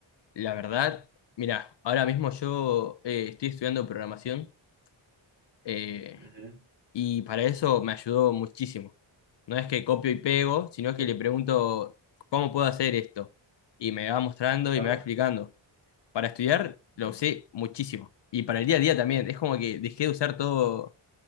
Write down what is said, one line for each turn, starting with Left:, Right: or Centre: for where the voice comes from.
Left: La verdad, mirá, ahora mismo yo eh, estoy estudiando programación eh,
Right: Ujú,
Left: y para eso me ayudó muchísimo. No es que copio y pego, sino que
Right: Sí,
Left: le pregunto, ¿cómo puedo hacer esto? Y me va mostrando
Right: claro.
Left: y me va explicando. Para estudiar lo
Right: Ujú,
Left: usé muchísimo. Y para el día a día también, es como que dejé de usar todo,